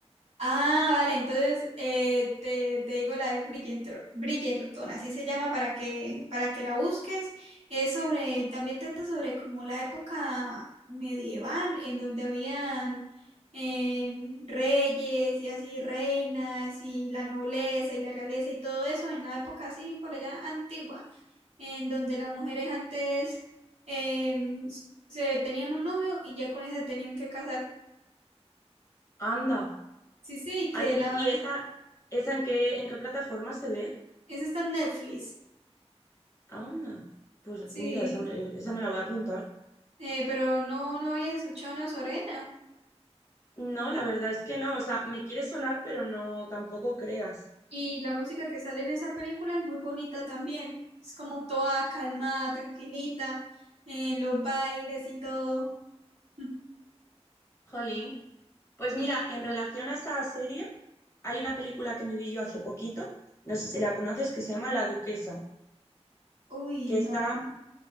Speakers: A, on the right (about 80°); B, on the left (about 25°).
A: Ah, vale, entonces eh, te, te digo la de Bridgerton, Bridgerton, así se llama para que, para que la busques. Es sobre, también trata sobre como la época medieval, en donde habían em, reyes y así reinas y la nobleza y la realeza y todo eso, en la época así por allá antigua, en donde las mujeres antes em, se tenían un novio y ya con ese tenían que casar.
B: Anda.
A: Sí, sí, que
B: Ah, ¿Y,
A: la...
B: y esa, esa en qué, en qué plataforma se ve?
A: Eso está en Netflix.
B: Anda. Pues
A: Sí,
B: mira, esa me, esa me la voy a apuntar.
A: eh, pero no, no habías escuchado nada sobre ella.
B: No, la verdad es que no. O sea, me quiere sonar, pero no, tampoco creas.
A: Y la música que sale en esa película es muy bonita también. Es como toda calmada, tranquilita, en los bailes y todo. <laughs>
B: Jolín. Pues
A: Y,
B: mira, en relación a esa serie, hay una película que me vi yo hace poquito, no sé si la conoces, que se llama La Duquesa,
A: uy,
B: que
A: no.
B: está,